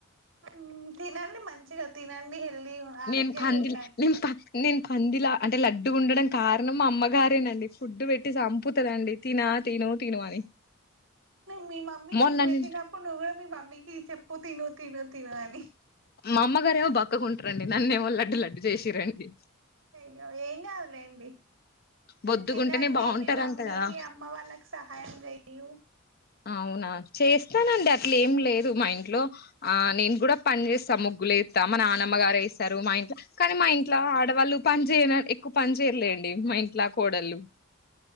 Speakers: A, on the right (about 60°); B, on the left (about 45°).
A: హు తినండి మంచిగా తినండి హెల్తీ ఆరోగ్యంగా
B: నేను పందిల్
A: ఉండండి
B: నేను ప నేను పందిలా అంటే లడ్డుగుండాడం కారణం అమ్మగారేనండి ఫుడ్ పెట్టి చంపుతదండి తిన తిను తిను అని
A: మీ మమ్మీనిక్
B: మొన్న
A: బేటీనప్పుడు
B: నే
A: నువ్ కూడ మీ మమ్ మీకి చెప్పు తిిను తిను తిను అని
B: మా అమ్మగారేమో బక్కకుంటారండి నన్నేమో లడ్డు లడ్డు చేసిరండి
A: అయ్యో ఏం కదూ లేండి
B: బొద్దుగుంటేనే
A: తినండి
B: బాగుంటారంట
A: మీ మమ్మీ
B: కదా
A: మీ అమ్మ వాళ్ళకి సహాయం చెయ్యు
B: అవునా చేస్తానండి అట్లా ఏం లేదు మా ఇంట్లో ఆ నేను కూడా పని చేస్తాముగ్ గ్గులేస్తా మా నాన్నమ్మగారు వేస్తారు మా ఇంట్ల కానీ మా ఇంట్ల ఆడవాళ్ళు పని చేయ ఎక్కువ పని చేయరులే డి మా ఇంట్లా కోడళ్ళు